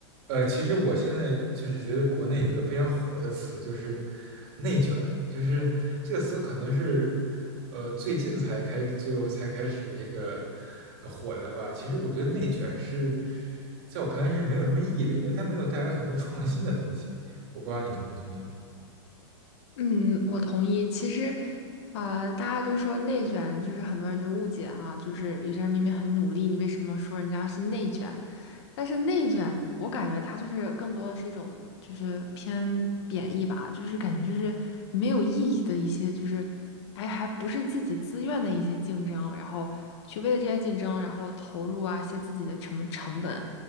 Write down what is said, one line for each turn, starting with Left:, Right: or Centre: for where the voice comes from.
Right: 呃，其实我现在就是觉得国内有一个非常火的词，就是“内卷”，就是这个词可能是呃最近才开就才开始这个呃火的吧。其实我觉得“内卷”是在我看来是没有什么意义的，因为它没有带来很多创新的东西。我不知道你同不同意。
Left: 嗯，我同意。其实，啊，大家都说内卷，就是很多人就误解哈，就是有些人明明很努力，你为什么说人家是内卷？但是内卷，我感觉它就是更多的是一种就是偏贬义吧，就是感觉就是没有意义的一些，就是哎，还不是自己自愿的一些竞争，然后去为了这些竞争，然后投入啊，一些自己的什么成本。